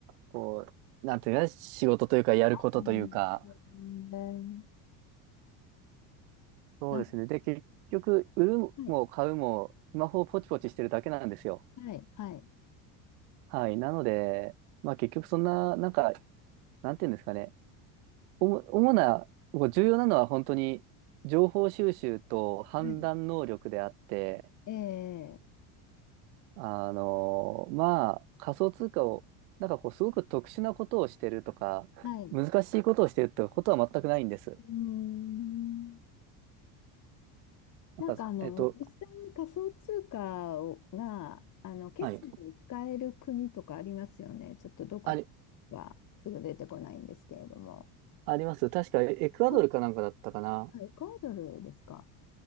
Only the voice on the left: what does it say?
こんえ
あ、
はい、
はい、はい、
はい、ええ、
はい。う
ーん、
なんかあの、
実際に仮想通貨をが、あの、決済に使える国とかありますよね。
ちょっとどこはすぐ出てこないんですけれども。
はい、はい、エクアドルですか。